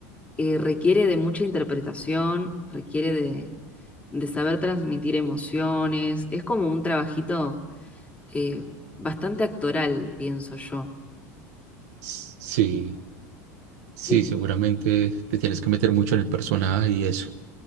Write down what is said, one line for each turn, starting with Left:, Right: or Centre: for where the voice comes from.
Left: eh, requiere de mucha interpretación, requiere de, de saber transmitir emociones. Es como un trabajito eh, bastante actoral, pienso yo.
Right: S- Sí. Sí,
Left: Eh,
Right: seguramente te tienes que meter mucho en el personaje y eso.